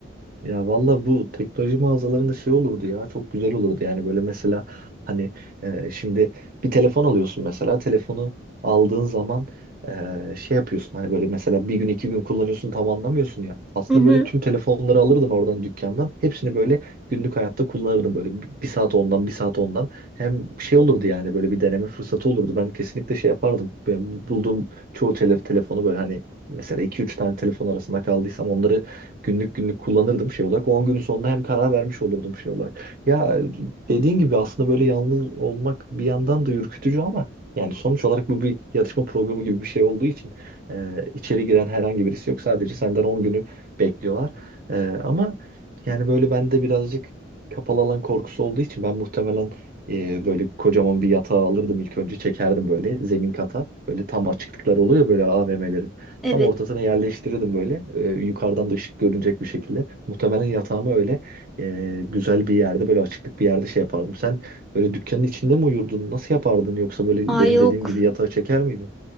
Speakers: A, on the right (about 50°); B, in the centre.
A: Ya valla bu teknoloji mağazalarında şey olurdu ya çok güzel olurdu yani böyle mesela hani e, şimdi bir telefon alıyorsun mesela telefonu aldığın zaman e, şey yapıyorsun hani böyle mesela bir gün iki gün kullanıyorsun tam anlamıyorsun ya aslında
B: Hı hı,
A: böyle tüm telefonları alırdın oradan dükkandan hepsini böyle günlük hayatta kullanırdın böyle bir bir saat ondan bir saat ondan hem şey olurdu yani böyle bir deneme fırsatı olurdu ben kesinlikle şey yapardım Ben bulduğum çoğu tele- telefonu böyle hani mesela iki üç tane telefon arasında kaldıysam onları Günlük günlük kullanırdım şey olarak. on günün sonunda hem karar vermiş olurdum şey olarak. Ya dediğin gibi aslında böyle yalnız olmak bir yandan da ürkütücü ama yani sonuç olarak bu bir yatışma programı gibi bir şey olduğu için e, içeri giren herhangi birisi yok. Sadece senden 10 günü bekliyorlar. E, ama yani böyle bende birazcık kapalı alan korkusu olduğu için ben muhtemelen e, böyle kocaman bir yatağı alırdım ilk önce çekerdim böyle zemin kata. Böyle tam açıklıklar oluyor böyle a V m'lerin
B: evet.
A: Tam ortasına yerleştirirdim böyle. Ee, yukarıdan da ışık görünecek bir şekilde. Muhtemelen yatağımı öyle e, güzel bir yerde böyle açıklık bir yerde şey yapardım. Sen böyle dükkanın içinde mi uyurdun? Nasıl yapardın? Yoksa böyle
B: Aa
A: benim
B: yok.
A: dediğim gibi yatağa çeker miydin?